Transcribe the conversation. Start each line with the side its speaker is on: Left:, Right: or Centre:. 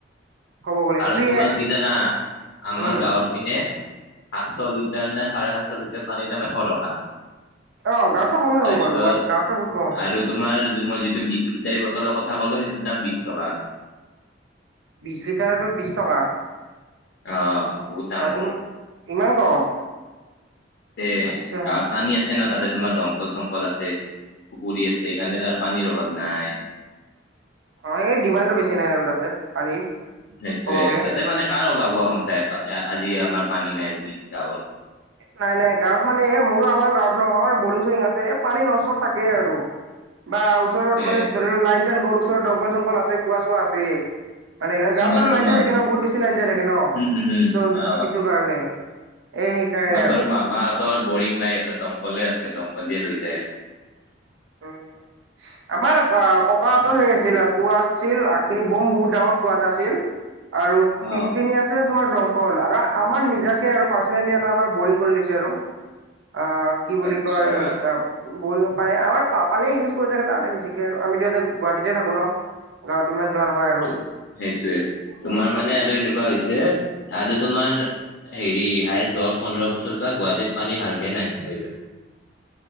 Right: ক'ব গ'লে
Left: কাৰণ
Right: থ্ৰী
Left: তোমাৰ
Right: এক্স
Left: কি জানা আমাৰ
Right: উম
Left: গাঁৱৰ পিনে সাতশ লিটাৰ নে চাৰে সাতশ লিটাৰ পানীৰ দাম এশ টকা
Right: অ গাঁৱতটো কমেই হ'ব
Left: তাৰপিছত
Right: বাৰু বাট গাঁৱতটো বহুত কম হ'ব
Left: আৰু তোমাৰ মই যিটো লিটাৰী বটলৰ কথা ক'লো সেইটোৰ দাম বিশ টকা
Right: বিশ লিটাৰটো বিশ টকা।
Left: অ' বহুত দাম
Right: বা
Left: কম।
Right: ই ইমান কম
Left: তে
Right: আচ্ছা
Left: গাঁৱত পানী আছে ন তাতে তোমাৰ দমকল চমকল আছে পুখুৰী আছে সেইকাৰণে তাৰ পানীৰ অভাৱ নাই
Right: অ এই ডিমাণ্ডো বেছি নাই আৰু তাতে পানীৰ
Left: সেইটোয়ে
Right: ক'ব গ'লে
Left: তাতে মানে কাৰ অভাৱ হোৱা শুনচা আজি আমাৰ পানী নাই বুলি গাঁৱত
Right: নাই নাই গাঁৱত মানে এ মোৰো আমাৰ গত নহম বৰিং চৰিং আছে পানী নষ্টব থাকে আৰু বা ওচৰত
Left: তে
Right: মানে ধৰি লও লাইন চাইন গ'ল ওচৰত দংকল চংকল আছে কোৱা চোৱা আছে মানে গাঁৱত
Left: আমাৰতো
Right: বাৰু <unintelligible>
Left: মা
Right: থাকে ন বহুত বেছি <unintelligible> থাকে ন
Left: উম, উম, উম,
Right: চ'
Left: অ,
Right: সেইটো কাৰণে এ সেইকাৰণে
Left: আমাৰ বাৰু মামাহঁতৰ বৰিং নাই ইতে দমকলে আছে দমকল দিয়ে লৈ যায় আৰু
Right: আৰু আমাৰ ককাহঁতৰ সেই আছিল কোঁৱা আছিল আক পিনি বোম বহুত ডাঙৰ কোঁৱা এটা আছিল আৰু
Left: অ,
Right: পিছপিনি আছে তোমাৰ দমকল আৰু আমাৰ নিজাকে আৰু পাৰ্চনেলি এটা আমাৰ বৰিং কৰি লৈছে আৰু অ, কি বুলি
Left: আচ্ছা
Right: কয় অ <unintelligible> পাৰে আমাৰ প পানীয়ে ইউজ কৰি থাকে তাতে বেছিকে আৰু আমিতোতে গুৱাহাটীতে থাকো ন গাৱত ইমান যোৱা নহয় আৰু
Left: ত সেইটোৱে তোমাৰ মানে আৰু এনেকুৱা হৈছে আৰু তোমাৰ হেৰি হাইষ্ট দহ পোন্ধৰ বছৰ যাক গুৱাহাটীত পানী ভালকে নাইকিয়া হৈ যাব